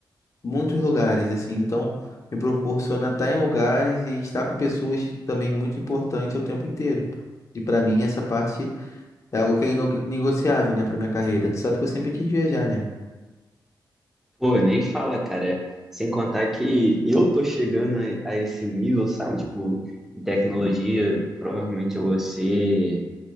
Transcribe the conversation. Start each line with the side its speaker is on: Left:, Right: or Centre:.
Left: muitos lugares, assim. Então, me proporciona estar em lugares e estar com pessoas também muito importante o tempo inteiro. E para mim, essa parte é algo que é negociável né, para minha carreira. Tu sabe que eu sempre quis viajar, né?
Centre: Pô, nem fala, cara. Sem contar que eu tô chegando a, a esse nível, sabe? Tipo, em tecnologia, provavelmente eu vou ser.